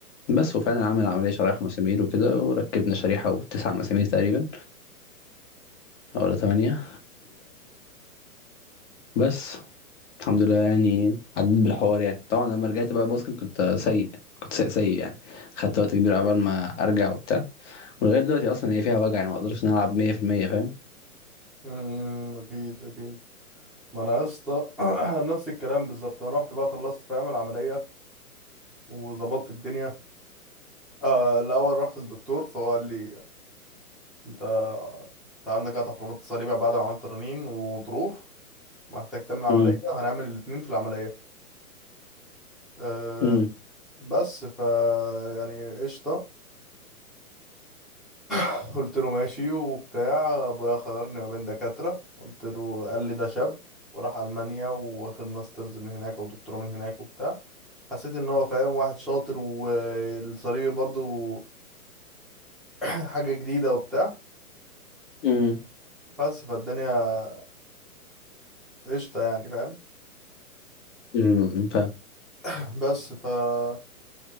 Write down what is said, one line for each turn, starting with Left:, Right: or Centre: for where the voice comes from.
Left: بس وفعلا عمل عملية شرايح ومسامير وكده وركبنا شريحة وتسع مسامير تقريبا ولا تمانية وبس الحمد لله يعني عديت بالحوار يعني طبعا لما رجعت بقى باسكت كنت سيء كنت سيء سيء يعني خدت وقت كبير عبال ما ارجع وبتاع ولغاية دلوقتي اصلا هي فيها وجع يعني ما اقدرش ان أنا العب 100% فاهم
Centre: امم اكيد اكيد ما انا يا اسطى <clears throat> نفس الكلام بالظبط انا رحت بقى خلصت فاهم العمليه وظبطت الدنيا آه الاول رحت للدكتور فهو قال لي انت انت عندك قطع في رباط الصليبي بعد ما عملت رنين وظروف محتاج تعمل عمليه
Left: امم
Centre: هنعمل الاتنين في العمليه آه
Left: امم
Centre: بس ف يعني قشطه قلت له ماشي وبتاع ابويا خيرني ما بين دكاترة قلت له قال لي ده شاب وراح ألمانيا واخد ماسترز من هناك او دكتوراه من هناك وبتاع حسيت ان هو فاهم واحد شاطر والصليبي برضو <clears throat> حاجة جديدة وبتاع
Left: امم
Centre: بس فالدنيا قشطة يعني فاهم
Left: أمم، فاهم
Centre: <clears throat> بس فالدنيا